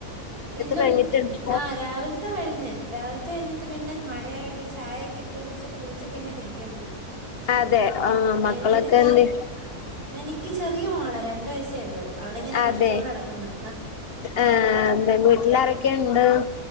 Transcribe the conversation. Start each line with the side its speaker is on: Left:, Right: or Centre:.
Right: ഇല്ല
Left: കഴിഞ്ഞിട്ടുണ്ട്
Right: ഉ ആഹ് രാവിൽത്തെ കഴിഞ്ഞ് രാവിത്തൈഞ്ഞിട്ട് പിന്നെ മഴേണ്ടൊരു ചായെക്കിട്ട് കുടിച്ച് കുളിച്ചിട്ട് ഇങ്ങനെ ഇരിക്കുന്നു
Left: അതെ മക്കളൊക്കെന്തെ
Right: എവിടേലും കേറി എനിക്ക് ചെറിയേ മോള രണ്ട് വയസേള്ളൂ അവളിങ്ങനെ കളിച്ചോണ്ടടക്ക്ന്ന്
Left: അതെ ആഹ് അതെ വീട്ടിലാരൊക്കെണ്ട്